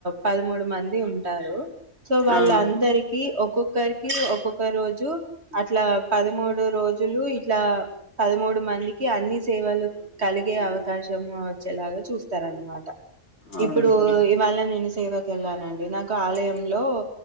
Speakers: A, on the right (about 55°); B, on the left (about 60°).
A: పదమూడు మంది ఉంటారు. సో వాళ్ళందరికి
B: ఆ
A: ఒక్కొక్కరికి ఒక్కొక్ ఒక రోజు అట్లా పదమూడు రోజులు ఇట్లా పదమూడు మందికి అన్ని సేవలు కలిగే అవకాశము వచ్చేలాగా చూస్తారన్నమాట.
B: అవును
A: ఇప్పుడు
B: సరే
A: ఇవాళ నేను సేవ కెళ్ళానండి నాకు ఆలయంలో